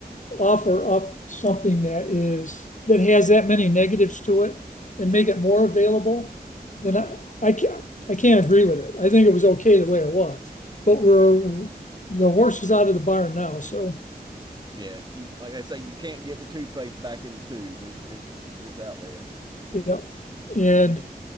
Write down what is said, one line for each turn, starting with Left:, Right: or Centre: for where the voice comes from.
Left: offer up something that is that has that many negatives to it and make it more available, then I, I can't I can't agree with it. I think it was okay the way it was, but we're the horse is out of the barn now. So
Right: Yeah, you, like I say, you can't get the toothpaste back in the tube. It, it's it's out there.
Left: yeah, and